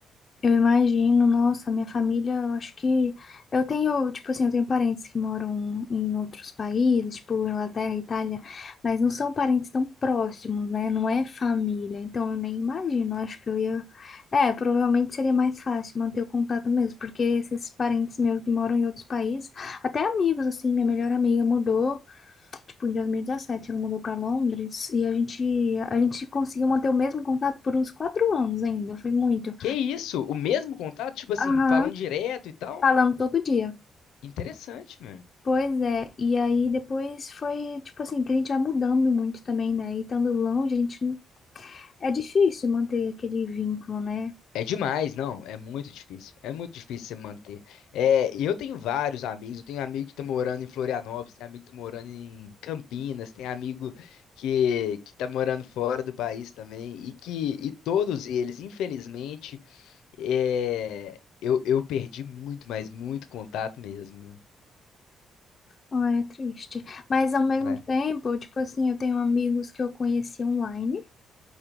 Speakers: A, on the left (about 40°); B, on the left (about 80°).
A: Eu imagino, nossa, minha família, eu acho que eu tenho, tipo assim, eu tenho parentes que moram em outros países, tipo Inglaterra, Itália, mas não são parentes tão próximos, né? Não é família, então eu nem imagino, eu acho que eu ia, é, provavelmente seria mais fácil manter o contato mesmo, porque esses parentes meus que moram em outros países, até amigos assim, minha melhor amiga mudou, tipo em 2017 ela mudou para Londres e a gente a gente conseguiu manter o mesmo contato por uns quatro anos ainda, foi muito.
B: Que isso? O mesmo contato? Tipo assim,
A: Aham,
B: falando direto e tal?
A: Falando todo dia.
B: Interessante, mano.
A: Pois é, e aí depois foi, tipo assim, que a gente vai mudando muito também, né? E estando longe, a gente. não- É difícil manter aquele vínculo, né?
B: É demais, não, é muito difícil. É muito difícil você manter. É, e eu tenho vários amigos, eu tenho amigo que tá morando em Florianópolis, tem amigo que tá morando em Campinas, tem amigo que, que tá morando fora do país também, e que e todos eles, infelizmente, É, eu, eu perdi muito, mas muito contato mesmo,
A: Ah, é triste. Mas ao mesmo
B: né?
A: tempo, tipo assim, eu tenho amigos que eu conheci online.